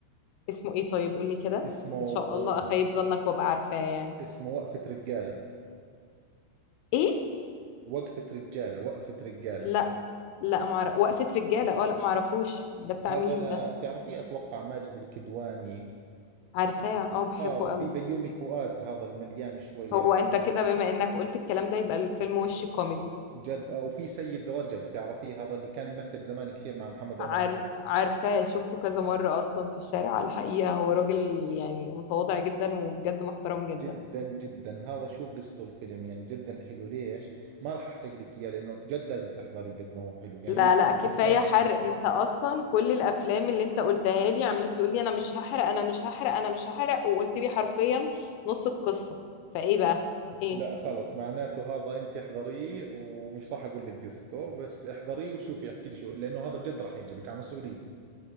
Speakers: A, on the left; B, on the right.
A: اسمه ايه طيب قول لي كده
B: اسمه و...
A: ان شاء الله اخيب ظنك وابقى عارفاه يعني
B: اسمه وقفة رجالة
A: ايه
B: وقفة رجالة وقفة رجالة
A: لا لا معرف وقفة رجالة اه لا معرفوش ده بتاع
B: هذا
A: مين
B: لا
A: ده
B: بتعرفيه أتوقع ماجد الكدواني
A: عارفاه اه بحبه
B: آه وفي
A: قوي
B: بيومي فؤاد هذا المليان شوي
A: هو
B: عرفتي
A: انت كده بما انك قلت الكلام ده يبقى الفيلم وش كوميدي
B: جد آه وفي سيد رجب تعرفيه هذا اللي كان يمثل زمان كثير مع محمد
A: عار...
B: رمضان
A: عارفاه شفته كذا مرة اصلا في الشارع على الحقيقة هو راجل يعني متواضع جدا وبجد محترم جدا
B: جدا جدا هذا شو قصته الفيلم يعني جدا حلو ليش ما راح احرق لك اياه لانه جد لازم تحضريه قد ما هو حلو يعني
A: لا
B: من أحلى
A: لا كفاية
B: الافلام
A: حرق
B: الجديده
A: انت اصلا كل الافلام اللي انت قلتها لي عمال تقول لي انا مش هحرق انا مش هحرق انا مش هحرق وقلت لي حرفيا نص القصة فايه بقى ايه
B: لا خلص معناته هذا انت احضريه ومش راح اقول لك قصته بس احضريه وشوفي احكي لي شو لانه هذا جد راح يعجبك على مسؤوليتي